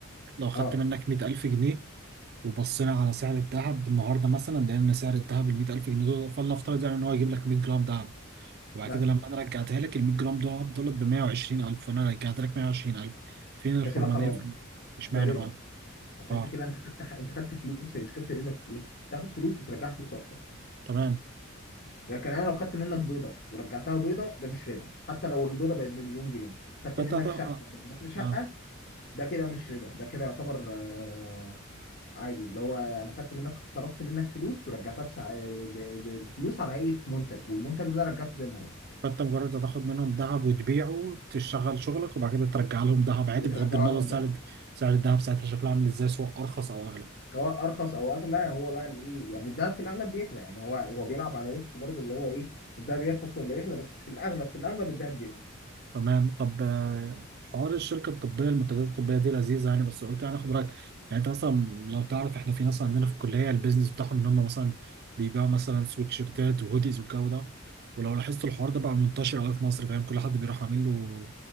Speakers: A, on the right; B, on the left.
A: لو خدت
B: اه
A: منك 100000 جنيه وبصينا على سعر الذهب النهارده مثلا لقينا سعر الذهب ال 100000 جنيه دول فلنفترض يعني ان هو يجيب لك 100 جرام ذهب وبعد
B: مثلا
A: كده لما انا رجعتها لك ال 100 جرام دول دولت ب 120000 وانا رجعت لك 120000 فين الحرمانيه
B: ده كده حرام
A: في الموضوع؟ اشمعنى
B: ده ربا
A: بقى؟
B: عشان
A: اه
B: انت كده انت خدت انت خدت فلوس هي مشكله الربا في ايه تاخد فلوس وترجعها فلوس اكتر
A: تمام
B: لكن انا لو خدت منك بيضه ورجعتها بيضه ده مش ربا حتى لو البيضه بقت بمليون جنيه خدت
A: فانت
B: منك
A: هت- اه
B: شقه ورجعتها شقه
A: اه
B: ده كده مش ربا ده كده يعتبر آه عادي اللي هو انا خدت منك طردت منك فلوس ورجعتها بسع... ب... ب... بفلوس على هيئه منتج والمنتج ده رجعته زي ما هو
A: فانت مجرد هتاخد منهم ذهب وتبيعه تشتغل شغلك وبعد كده ترجع لهم ذهب عادي
B: وترجعه
A: بغض النظر
B: لهم
A: سعر
B: بقى
A: الد- سعر الذهب ساعتها شكله عامل ازاي سواء ارخص او اغلى
B: سواء ارخص او اغلى هو بقى الايه يعني الدهب في الاغلب بيغلى يعني هو هو بيلعب على ريسك برضه اللي هو ايه الدهب يرخص ولا يغلى بس في الاغلب في الاغلب الدهب بيغلى
A: تمام طب آه، حوار الشركه الطبيه المنتجات الطبيه دي لذيذه يعني بس قلت يعني اخد رايك يعني انت مثلا لو تعرف احنا في ناس عندنا في الكليه البيزنس بتاعهم ان هم مثلا بيبيعوا مثلا سويتشيرتات وهوديز والجو ده ولو لاحظت الحوار ده بقى منتشر قوي في مصر فاهم كل حد بيروح عامل له